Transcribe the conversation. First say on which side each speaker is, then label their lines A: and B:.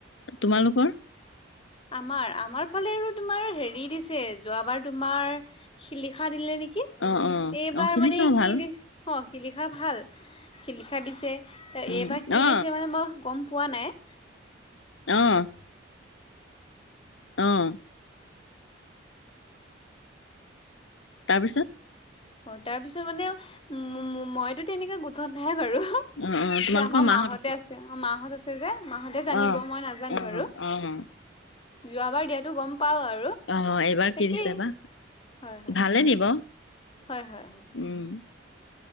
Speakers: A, on the left; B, on the left.
A: তোমালোকৰ?
B: আমাৰ আমাৰ ফালে আৰু তোমাৰ হেৰি দিছে, যোৱাবাৰ তোমাৰ, শিলিখা দিলে নে কি,
A: অ অ
B: এইবাৰ
A: অ শিলিখাও
B: মানে
A: ভাল
B: কি দি <unintelligible> শিলিখা ভাল, শিলিখা দিছে, এইবাৰ
A: উম
B: কি
A: অ
B: দিছে মানে মই গম পোৱা নাই।
A: অ', অ', তাৰপিছত
B: অ', তাৰপিছত মানে উম, মইতো তেনেকুৱা গোটত নাই বাৰু। কিন্তু
A: অ অ তোমালোকৰ
B: আমাৰ মাহঁতে
A: মাহত
B: আছে, মাহঁত আছে যে মাহঁতে
A: অ',
B: জানিব মই নাজানো
A: অ',
B: বাৰু।
A: অ',
B: যোৱাবাৰ দিয়াতো গম পাওঁ আৰু,
A: অ', এইবাৰ কি
B: তাকেই,
A: দিছে বা?
B: হয় হয়।
A: ভালে দিব,
B: হয়, হয়।
A: উম,